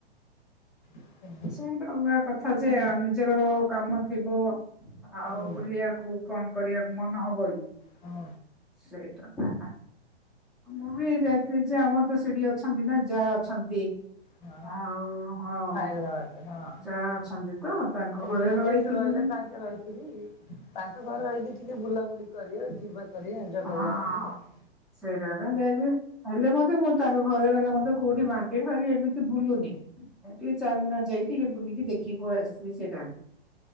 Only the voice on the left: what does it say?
ଆସିଲୁ।
ହୁଁ
ହୁଁ
ହଁ
ହଁ
ହାଇଦ୍ରାବାଦରେ। ହଁ
ରିଲେଟିଭିସ
ରହିଲେ ତାଙ୍କେ ରହିଲେ। ତାଙ୍କ ଘର ହେଇକି ଟିକେ ବୁଲାବୁଲି କରି ଯିବା କରି ଏଞଜୟ
କରିକି ଆସିବ ଆଉ।